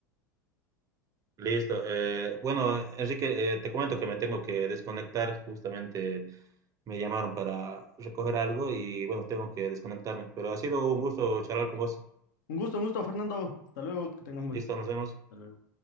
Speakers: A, on the right; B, on the left.
A: Listo. eh, bueno, Enrique, eh, te comento que me tengo que desconectar. Justamente me llamaron para recoger algo y bueno, tengo que desconectarme. Pero ha sido un gusto charlar con vos.
B: Un gusto, un gusto, Fernando. Hasta luego, que tengas un buen.
A: Listo, nos vemos.
B: Hasta luego.